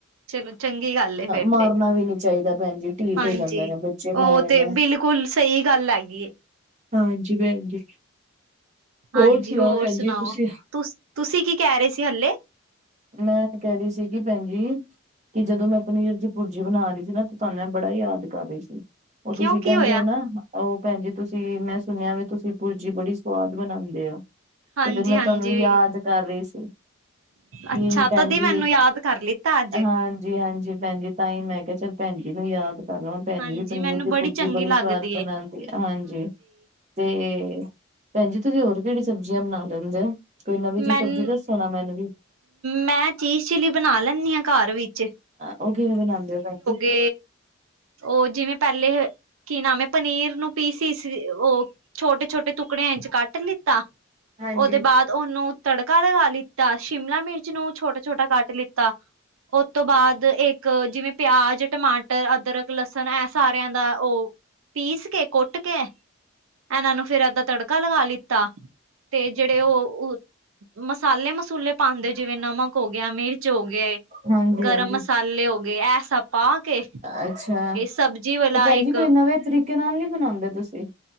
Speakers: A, on the right (about 85°); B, on the right (about 35°).
A: ਚਲੋ ਚੰਗੀ ਗੱਲ ਏ ਫੇਰ
B: ਮਾਰਨਾ
A: ਤੇ
B: ਵੀ ਨੀ ਚਾਹੀਦਾ ਭੈਣ ਜੀ ਢੀਠ
A: ਹਾਂਜੀ
B: ਹੋ ਜਾਂਦੇ ਨੇ ਬੱਚੇ
A: ਉਹ
B: ਮਾਰਨ
A: ਤੇ
B: ਨਾਲ।
A: ਬਿਲਕੁਲ ਸਹੀ ਗੱਲ ਹੈਗੀ
B: ਹਾਂਜੀ ਭੈਣ ਜੀ
A: ਹਾਂਜੀ
B: ਹੋਰ ਸੁਣਾਓ ਭੈਣ ਜੀ
A: ਸੁਣਾਓ।
B: ਤੁਸੀਂ।
A: ਤੁ ਤੁਸੀਂ ਕੀ ਕਹਿ ਰਹੇ ਸੀ ਹਲੇੇ।
B: ਮੈਂ ਕਹਿ ਰਹੀ ਸੀਗੀ ਭੈਣ ਜੀ। ਕਿ ਜਦੋਂ ਮੈਂ ਪਨੀਰ ਦੀ ਭੁਰਜੀ ਬਣਾ ਰਹੀ ਸੀ ਨਾ ਤੇ ਤੁਹਾਨੂੰ ਮੈਂ ਬੜਾ ਹੀ ਯਾਦ ਕਰ ਰਹੀ ਸੀ। ਉਹ ਤੁਸੀਂ
A: ਕਿਉਂ ਕੀ
B: ਕਹਿੰਦੇ
A: ਹੋਇਆ
B: ਹੋ ਨਾ। ਉਹ ਭੈਣ ਤੁਸੀਂ ਮੈਂ ਸੁਣਿਆ ਵੀ ਤੁਸੀਂ ਭੁਰਜੀ ਬੜੀ ਸੁਵਾਦ ਬਣਾਉਂਦੇ ਹੋ।
A: ਹਾਂਜੀ
B: ਤੇ ਫਿਰ ਮੈਂ
A: ਹਾਂਜੀ
B: ਤੁਹਾਨੂੰ ਯਾਦ
A: ਵੀ
B: ਕਰ ਰਹੀ ਸੀ।
A: ਅੱਛਾ
B: ਕੀ ਭੈਣ
A: ਤਦੀ
B: ਜੀ
A: ਮੈਨੂੰ ਯਾਦ ਕਰ ਲਿੱਤਾ ਅੱਜ
B: ਹਾਂਜੀ ਹਾਂਜੀ ਭੈਣ ਜੀ। ਟਾਈਮ ਹੈਗਾ ਚੱਲ ਭੈਣ ਜੀ ਨੂੰ ਯਾਦ ਕਰਲ ਭੈਣ
A: ਹਾਂਜੀ
B: ਜੀ ਵੀ ਪਨੀਰ
A: ਮੈਨੂੰ
B: ਦੀ ਭੂਜੀ
A: ਚੰਗੀ
B: ਬੜੀ
A: ਲੱਗਦੀ
B: ਸਵਾਦ ਬਣਾਉਂਦੀ।
A: ਏ
B: ਹਾਂਜੀ ਤੇ ਭੈਣ ਜੀ, ਤੁਸੀਂ ਹੋਰ ਕਿਹੜੀ ਸਬਜ਼ੀਆਂ ਬਣਾ ਲੈਂਦੇ ਹੋ। ਕੋਈ ਨਵੀਂ ਜਿਹੀ,
A: ਮੈਨ
B: ਸਬਜ਼ੀ ਦੱਸੋ ਨਾ ਮੈਨੂੰ ਵੀ।
A: ਮੈਂ ਚੀਜ਼ ਚਿੱਲੀ ਬਣਾ ਲੈਂਦੀ ਹਾਂ, ਘਰ ਵਿੱਚ।
B: ਉਹ ਕਿਵੈ ਬਣਾਂਦੇ ਹੋ, ਭੈਣਜੀ।
A: ਤੇ ਉਹ ਜਿਵੇਂ ਪਹਿਲੇ ਕੀ ਨਾਮ ਐ, ਪਨੀਰ ਨੂੰ ਪੀ ਸੀ ਸੀ, ਉਹ ਛੋਟੇ ਛੋਟੇ ਟੁਕੜਿਆਂ ਇੰਚ, ਕੱਟ ਲਿੱਤਾ
B: ਹਾਂਜੀ।
A: ਉਹਦੇ ਬਾਅਦ ਉਹਨੂੰ ਤੜਕਾ ਲਗਾ ਲਿੱਤਾ, ਸ਼ਿਮਲਾ ਮਿਰਚ ਨੂੰ ਛੋਟਾ ਛੋਟਾ ਕੱਟ ਲਿੱਤਾ ਉਸ ਤੋਂ ਬਾਅਦ ਇੱਕ, ਜਿਵੇਂ ਪਿਆਜ ਟਮਾਟਰ ਅਦਰਕ ਲਸਣ ਐ, ਸਾਰਿਆਂ ਦਾ ਉਹ ਪੀਸ ਕੇ, ਕੁੱਟ ਕੇ ਇਹਨਾਂ ਨੂੰ ਫਿਰ ਏਦਾਂ ਤੜਕਾ ਲਗਾ ਲਿੱਤਾ, ਤੇ ਜਿਹੜੇ ਉਹ ਮਸਾਲੇ ਮਸੂਲੇ ਪਾਉਂਦੇ, ਜਿਵੇਂ ਨਮਕ ਹੋ ਗਿਆ ਮਿਰਚ। ਹੋ ਗਏ,
B: ਹਾਂਜੀ
A: ਗਰਮ
B: ਹਾਂਜੀ
A: ਮਸਾਲੇ ਹੋ ਗਏ, ਐ ਸਬ ਪਾ ਕੇ
B: ਅੱਛਾ ਤੇ
A: ਸਬਜ਼ੀ ਵਾਲਾ
B: ਭੈਣਜੀ
A: ਇੱਕ
B: ਕੋਈ ਨਵੇਂ ਤਰੀਕੇ ਨਾਲ ਨੀ ਬਨਾਉਂਦੇ ਤੁਸੀਂ।